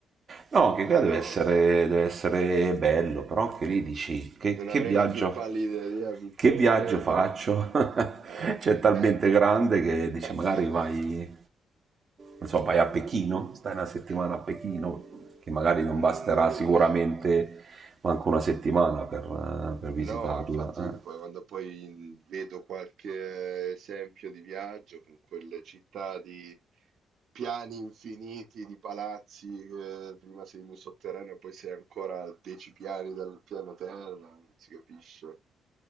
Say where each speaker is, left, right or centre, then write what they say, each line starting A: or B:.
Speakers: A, on the right (about 45°); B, on the right (about 70°).
A: No, che qua
B: però
A: deve essere, deve essere bello, però anche lì dici che,
B: non
A: che
B: avrei
A: viaggio,
B: la più pallida idea di come
A: che viaggio
B: e
A: faccio?
B: dove.
A: <laughs>
B: Eh,
A: Cioè, è talmente
B: eh.
A: grande che dici
B: <laughs>
A: magari vai, non so, vai a Pechino, stai una settimana a Pechino, che magari non basterà
B: Non ne ho
A: sicuramente
B: idea.
A: manco una settimana per, eh, per visitarla.
B: No, infatti poi
A: eh."
B: quando poi vedo qualche esempio di viaggio con quelle città di piani infiniti, di palazzi, eh, prima sei in un sotterraneo, poi sei ancora a dieci piani dal piano terra, non si capisce.